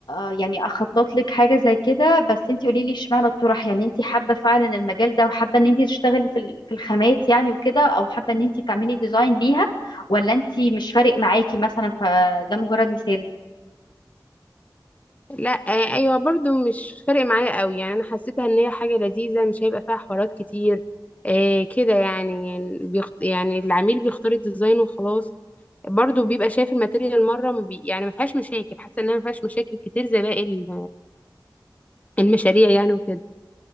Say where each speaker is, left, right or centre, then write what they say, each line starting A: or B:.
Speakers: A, on the left (about 80°); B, on the left (about 20°).
A: آه، يعني اخطط لك حاجه زي كده بس انت قولي لي اشمعنى الطرح يعني انت حابه فعلا المجال ده وحابه ان انت تشتغلي في ال- في الخامات يعني وكده او حابه ان انت تعملي ديزاين ليها ولا انت مش فارق معاكي مثلا فده مجرد مثال
B: لا آه، ايوه برضو مش فارق معايا قوي يعني انا حسيتها ان هي حاجه لذيذه مش هيبقى فيها حوارات كتير آه كده يعني يعني بيخت... يعني العميل بيختار الديزاين وخلاص برضو بيبقى شايف الماتيريال مره ما بي... يعني ما فيهاش مشاكل حاسه انها ما فيهاش مشاكل كتير زي باقي ال- المشاريع يعني وكده